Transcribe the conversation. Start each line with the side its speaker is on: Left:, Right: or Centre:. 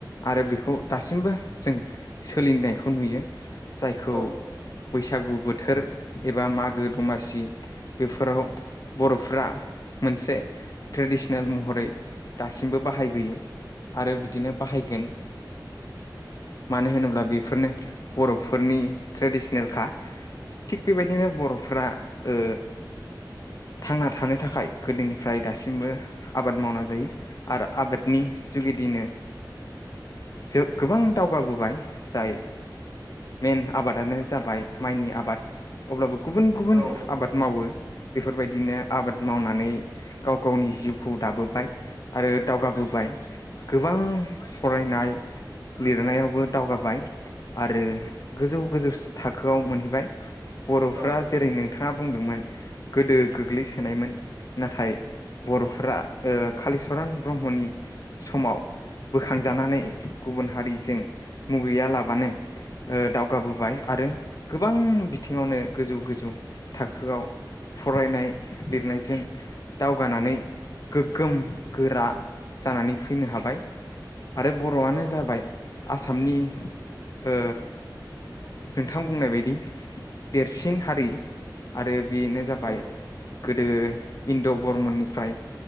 Left: आरो बेखौ दासिमबो जों सोलिनायखौ नुयो जायखौ
Right: औ
Left: बैसागु बोथोर एबा मागो दमासि बेफोराव बर'फ्रा मोनसे ट्रेडिसनेल महरै दासिमबो बाहायबोयो आरो बिदिनो बाहायगोन मानो होनोब्ला बेफोरनो बर'फोरनि ट्रेडिसनेलखा थिग बेबायदिनो बर'फोरा ओ थांना थानो थाखाय गोदोनिफ्राय दासिमबो आबाद मावना जायो आरो आबादनि जुगिदिनो जो गोबां दावगाबोबाय जाय मेन आबादानो जाबाय माइनि आबाद अब्लाबो गुबुन गुबुन
Right: औ
Left: आबाद मावो बेफोरबायदि बिदिनो आबाद मावनानै गाव गावनि जिउखौ दाबोबाय आरो दावगाबोबाय गोबां फरायनाय लिरनायावबो दावगाबाय आरो गोजौ गोजौ थाखोआव मोनहैबाय बर'फ्रा
Right: औ
Left: जेरैनो बिथाङा बुंदोंमोन गोदो गोग्लैसोनायमोन नाथाय बर'फोरा ओ कालिचरन ब्रह्मनि समाव बोखांजानानै गुबुन हारिजों मुगैया लाबानो दावगाबोबाय आरो गोबां बिथिङावनो गोजौ गोजौ थाखोआव फरायनाय लिरनायजों दावगानानै गोग्गोम गोरा जानानै फैनो हाबाय आरो बर'आनो
Right: औ
Left: जाबाय आसामनि ओ नोंथां बुंनाय बायदि देरसिन हारि आरो बेनो जाबाय
Right: औ
Left: गोदो इन्द' बरमननिफ्राय